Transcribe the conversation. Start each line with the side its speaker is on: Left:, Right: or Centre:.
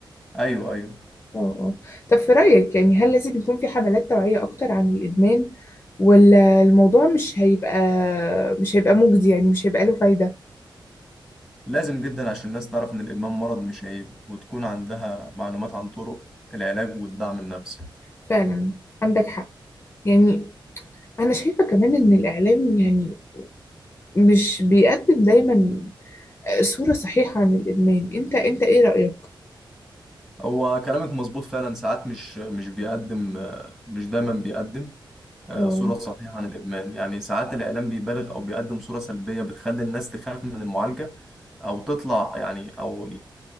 Centre: أيوه أيوه
Left: اه اه طب في رايك يعني هل لازم يكون في حملات توعيه اكتر عن الادمان ولا الموضوع مش هيبقى مش هيبقى مجدي يعني مش هيبقى له فايده
Centre: لازم جدا عشان الناس تعرف إن الإدمان مرض مش عيب وتكون عندها معلومات عن طرق العلاج والدعم النفسي
Left: فعلا عندك حق يعني أنا شايفة كمان إن الإعلام يعني مش بيقدم دايما صورة صحيحة عن الإدمان أنت أنت إيه رأيك؟
Centre: هو كلامك مظبوط فعلا ساعات مش مش بيقدم آه، مش دايما بيقدم آه،
Left: آه،
Centre: صورة صحيحة عن الإدمان يعني ساعات الإعلام بيبالغ أو بيقدم صورة سلبية بتخلي الناس تخاف من المعالجة أو تطلع يعني أو